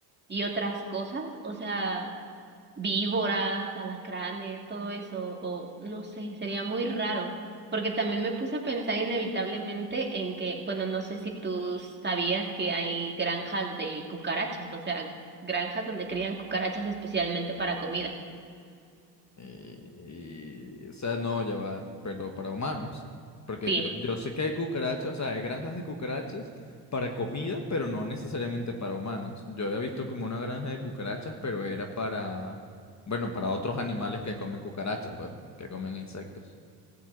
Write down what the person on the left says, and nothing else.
Y- y- o sea, no, ya va, pero para humanos. Porque
yo, yo sé que hay cucarachas, o sea, hay granjas de cucarachas para comida, pero no necesariamente para humanos. Yo había visto como una granja de cucarachas, pero era para, bueno, para otros animales que comen cucarachas, pues, que comen insectos.